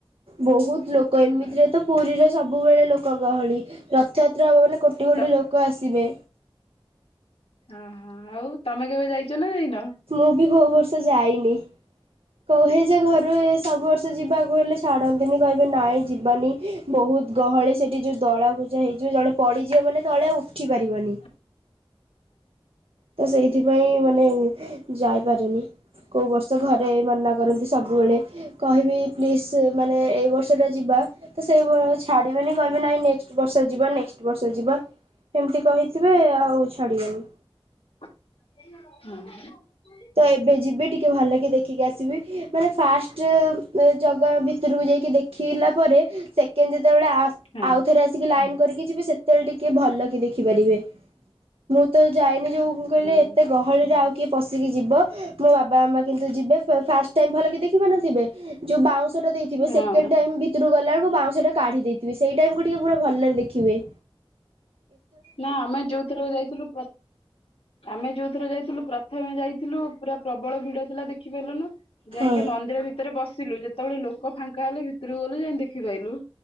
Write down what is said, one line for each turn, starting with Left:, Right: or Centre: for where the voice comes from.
Right: ବହୁତ ଲୋକ ଏମିତିରେ
Left: ହଁ
Right: ତ ପୁରୀରେ ସବୁ ସବୁବେଳେ ଲୋକ ଗହଳି ରଥଯାତ୍ରା ହେବ ମାନେ କୋଟି କୋଟି
Left: ତ
Right: ଲୋକ ଆସିବେ।
Left: ଓହୋ ଆଉ ତମେ କେବେ ଯାଇଛ ନା ଯାଇନ?
Right: ମୁଁ ବି କୋଉ ବର୍ଷ ଯାଇନି। କୁହେ ଯେ ଘରୁ ସବୁ ବର୍ଷ ଯିବାକୁ ହେଲେ ଛାଡନ୍ତିନି କହିବେ ନାଇଁ ଯିବାନି ବହୁତ ଗହଳି ସେଠି ଯୋଉ ଦଳା କୁଜା ହେଇଯିବ ଜଣେ ପଡିଯିବ ମାନେ ତଳେ ଆଉ ଉଠି ପାରିବନି।
Left: ହ <inaudible>
Right: ତ ସେଇଥିପାଇଁ ମାନେ ଯାଇପାରୁନି। କୋଉ ବର୍ଷ ଘରେ ମନା କରନ୍ତି ସବୁବେଳେ କହିବି ପ୍ଲିଜ ମାନେ ଏଇ ବର୍ଷ ତେବେଳେ ଯିବା ତ ସେଇ ଛାଡିବେନି କହିବେ ନାଇଁ ନେକ୍ସଟ ବର୍ଷ ଯିବା ନେକ୍ସଟ ବର୍ଷ ଯିବା ଏମତି କହିଥିବେ ଆଉ ଛାଡିବେନି।
Left: ହୁଁ।
Right: ତ ଏବେ ଯିବି ଟିକେ ଭଲ କି ଦେଖିକି ଆସିବି ମାନେ ଫାଷ୍ଟ ଜଗା ଭିତ ଭିତରକୁ ଯାଇକି ଦେଖିଲା ପରେ ସେକେଣ୍ଡ ଯେତେବେଳେ ଆ
Left: ହଁ
Right: ଆଉଥରେ ଆସିକି ଲାଇନ କରିକି ଯିବେ ସେତେବେଳେ ଟିକେ ଭଲ କି ଦେଖିପାରିବେ। ମୁଁ ତ ଯାଇନି ଯୋଉ କହିଲି
Left: ହଁ
Right: ଏତେ ଗହଳିରେ ଆଉ କିଏ ପଶିକି ଯିବ ମୋ ବାବା ମା କିନ୍ତୁ ଯିବେ ଫାଷ୍ଟ ଟାଇମ ଭଲକି ଦେଖିପାରି ନଥିବେ ଯୋଉ ଦେଇଥିବେ
Left: ହଁ
Right: ସେକେଣ୍ଡ ଟାଇମ ଭିତରକୁ ଗଲାବେଳକୁ ବାଉଁଶଟା କାଢି ଦେଇଥିବେ ସେଇ ଟାଇମ୍କୁୁ ଟିକେ ପୁରା ଭଲରେ ଦେଖିହୁଏ।
Left: ନା ଆମେ ଯୋଉଥିରକ ଯାଇଥିଲୁ ଆମେ ଯୋଉ ଥର ଯାଇଥିଲୁ ପ୍ରଥମେ ଯାଇଥିଲୁ ପୁରା ପ୍ରବଳ ଭିଡ ଥିଲା ଦେଖି ପାରିଲୁନୁ ଯାଇକି
Right: ହଁ
Left: ମନ୍ଦିର ଭିତରେ ବସିଲୁ ଯେତେବେଳେ ଲୋକ ଫାଙ୍କା ହେଲେ ଭିତରକୁ ଗଲୁ ଯାଇ ଦେଖିପାଇଲୁ।